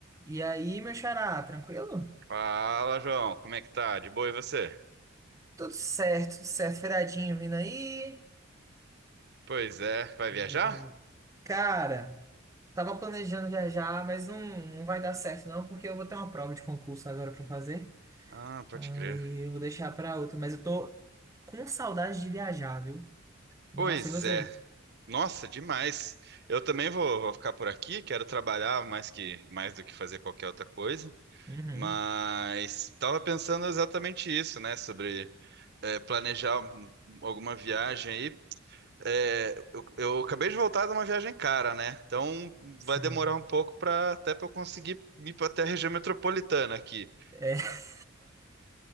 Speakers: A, on the right; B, on the right.
A: E aí, meu xará, tranquilo?
B: Fala, João. Como é que tá? De boa e você?
A: Tudo certo, tudo certo. Feriadinho vindo aí.
B: Pois é. Vai viajar?
A: Eh, Cara, tava planejando viajar, mas não, não vai dar certo não, porque eu vou ter uma prova de concurso agora pra fazer.
B: Ah, pode
A: Aí
B: crer.
A: eu vou deixar pra outra, mas eu tô com saudade de viajar, viu? Nossa,
B: Pois
A: e você?
B: é. Nossa, demais. Eu também vou, vou ficar por aqui. Quero trabalhar mais que mais do que fazer qualquer outra coisa.
A: Uhum,
B: Mas tava pensando exatamente isso, né? Sobre é, planejar um- alguma viagem aí. É, eu, eu acabei de voltar de uma viagem cara, né? Então
A: sim.
B: vai demorar um pouco para até para eu conseguir ir para até a região metropolitana aqui.
A: É. <laughs>